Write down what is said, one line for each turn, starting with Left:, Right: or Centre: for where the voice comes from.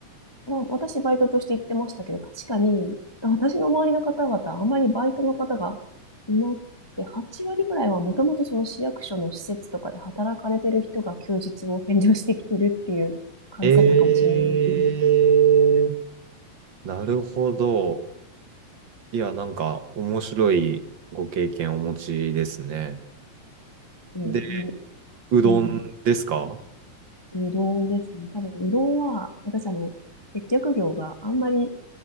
Left: は、私バイトとして行ってましたけど、確かに、私の周りの方々、あんまりバイトの方がいなくて、8割ぐらいはもともとその市役所の施設とかで働かれてる人が休日を返上してきてるっていう感じだったかもしれないです。
Right: えー、なるほど。いや、なんか面白いご経験をお持ちですね。
Left: うん、
Right: で
Left: 無理。
Right: うどんですか
Left: うん。うどんですね。多分、うどんは、私あの、接客業があんまり